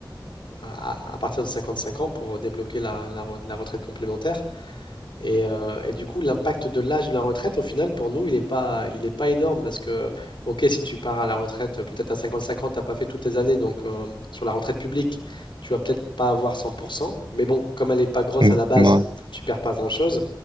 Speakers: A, on the left (about 65°); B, on the right (about 65°).
A: à, à partir de 55 ans pour débloquer la, la re- la retraite complémentaire. Et, euh, et du coup, l'impact de l'âge de la retraite, au final, pour nous, il n'est pas, il est pas énorme parce que, ok, si tu pars à la retraite, euh, peut-être à 55 ans, tu n'as pas fait toutes tes années, donc euh, sur la retraite publique, tu vas peut-être pas avoir 100%, mais bon, comme elle n'est pas grosse
B: oui,
A: à la base,
B: mm, ouais,
A: tu perds pas grand-chose.